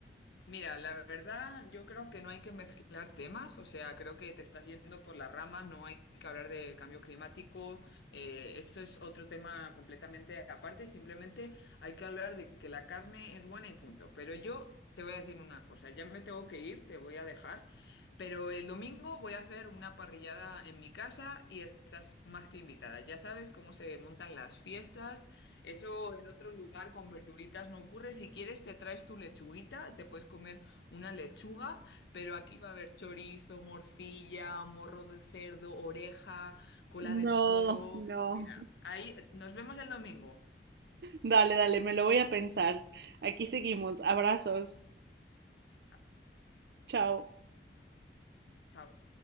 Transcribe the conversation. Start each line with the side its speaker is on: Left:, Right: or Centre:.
Left: Mira, la verdad, yo creo que no hay que mezclar temas, o sea, creo que te estás yendo por las ramas, no hay que hablar de cambio climático, eh, esto es otro tema completamente aparte, simplemente hay que hablar de que la carne es buena y punto. Pero yo te voy a decir una cosa, ya me tengo que ir, te voy a dejar, pero el domingo voy a hacer una parrillada en mi casa y estás más que invitada. Ya sabes cómo se montan las fiestas eso en otro lugar con verduritas no ocurre. Si quieres, te traes tu lechuguita, te puedes comer una lechuga, pero aquí va a haber chorizo, morcilla, morro de cerdo, oreja, cola
Right: No,
Left: de toro.
Right: no.
Left: Mira, ahí nos vemos el domingo.
Right: Dale, dale, me lo voy a pensar. Aquí seguimos. Abrazos.
Left: Ah,
Right: Chao.
Left: Chao.